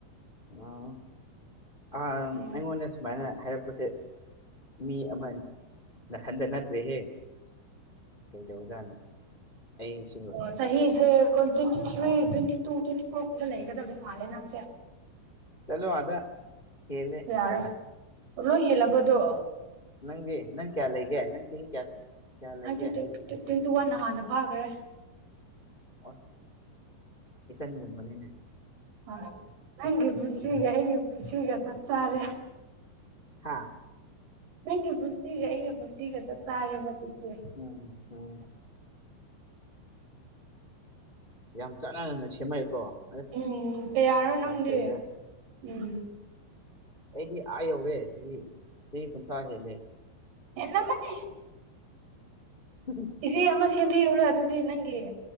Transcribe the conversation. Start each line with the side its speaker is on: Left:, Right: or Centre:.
Left: ꯑꯝ ꯑꯝ
Right: ꯎꯝ
Left: ꯑꯩꯉꯣꯜꯗꯁꯨ ꯁꯨꯃꯥꯏꯅ ꯍꯥꯏꯔꯛꯄꯁꯦ ꯃꯤ ꯑꯃꯅ ꯅꯊꯟꯇ ꯅꯠꯇ꯭ꯔꯦꯍꯦ ꯀꯩꯗꯧꯖꯥꯠꯅꯣ ꯑꯩ ꯁꯤꯕꯨ
Right: ꯎꯝ ꯆꯍꯤꯁꯦ ꯀꯣ twenty three twenty two twenty four ꯈꯛꯇ ꯂꯩꯒꯗꯕ ꯃꯥꯜꯂꯦ ꯅꯪꯁꯦ
Left: ꯆꯠꯂꯣ ꯑꯗ ꯍꯦꯂꯦ
Right: ꯌꯥꯔꯣ ꯂꯣꯏ ꯍꯦꯜꯂꯕꯗꯣ
Left: ꯅꯪꯗꯤ ꯅꯪ ꯀꯌꯥꯂꯩꯒ ꯅꯪ ꯆꯍꯤ ꯀꯌꯥ ꯀꯌꯥ ꯂꯩꯒꯦ
Right: ꯍꯥꯏꯗꯤ ꯇ꯭ꯋꯦꯟꯇꯤ ꯋꯥꯟꯅ ꯍꯥꯟꯅ ꯐꯥꯈ꯭ꯔꯦ
Left: ꯑꯣꯢ ꯏꯆꯟ ꯒꯨꯝꯕꯅꯤꯅꯦ
Right: ꯍ ꯅꯪꯒꯤ ꯄꯨꯟꯁꯤꯒ ꯑꯩꯒꯤ ꯄꯨꯟꯁꯤꯒ ꯆꯞ ꯆꯥꯔꯦ
Left: ꯍꯥꯥ
Right: ꯅꯪꯒꯤ ꯄꯨꯟꯁꯤꯒ ꯑꯩꯒ ꯄꯨꯟꯁꯤꯒ ꯆꯞ ꯆꯥꯔꯦꯕ ꯑꯗꯨꯗꯤ
Left: ꯎꯝ ꯎꯝ ꯌꯥꯝ ꯆꯥꯟꯅꯅꯅ ꯁꯦꯝꯃꯛꯑꯦꯀꯣ ꯑꯁ
Right: ꯎꯝ ꯀꯌꯥꯔꯣ ꯅꯪꯗꯤ
Left: ꯌꯥꯝ ꯐꯩꯗ
Right: ꯎꯝ
Left: ꯑꯩꯗꯤ ꯑꯥ ꯌꯧꯔꯦ ꯆꯥꯍꯤ ꯀꯨꯟꯊꯔꯥ ꯍꯦꯜꯂꯦ
Right: ꯍꯦꯜꯂꯝꯃꯥꯅꯤ
Left: ꯎꯝ
Right: ꯀꯦꯖꯤ ꯑꯃꯥ ꯁꯦꯝꯕꯤꯌꯨꯔꯥ ꯑꯗꯨꯗꯤ ꯅꯪꯒꯤ